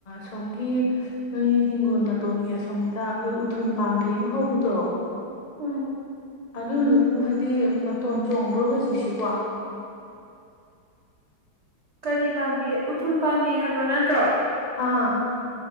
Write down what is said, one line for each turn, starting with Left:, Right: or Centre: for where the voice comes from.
Left: ꯁꯣꯝꯒꯤ ꯅꯣꯏ ꯍꯤꯡꯒꯣꯜ ꯃꯇꯣꯟꯒꯤ ꯑꯁꯣꯝꯗ ꯑꯩꯈꯣꯏ ꯎꯊꯨꯝ ꯄꯥꯝꯕꯤ ꯑꯃ ꯍꯧꯕꯗꯣ
Right: ꯎꯝ
Left: ꯑꯗꯨꯗꯨꯕꯨ ꯍꯥꯏꯗꯤ ꯃꯇꯣꯟ ꯆꯣꯡꯕ꯭ꯔꯣ ꯍꯧꯖꯤꯛꯁꯤꯕꯣ
Right: ꯀꯔꯤ ꯄꯥꯝꯕꯤ ꯎꯊꯨꯝ ꯄꯥꯝꯕꯤ ꯍꯥꯏꯕ꯭ꯔꯣ ꯅꯠꯇ꯭ꯔꯣ
Left: ꯑꯥ